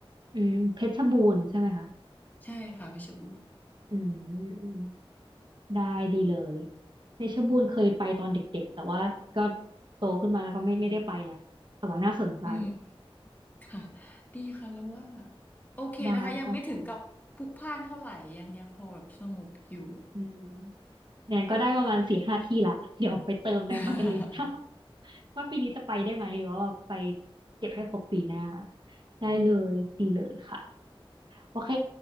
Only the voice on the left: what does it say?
ใช่ค่ะเพชรบูรณ์
อืมค่ะดีค่ะแล้วว่าโอเคนะคะยังไม่ถึงกับพลุกพล่านเท่าไหร่ยังยังพอแบบสงบอยู่
<laughs>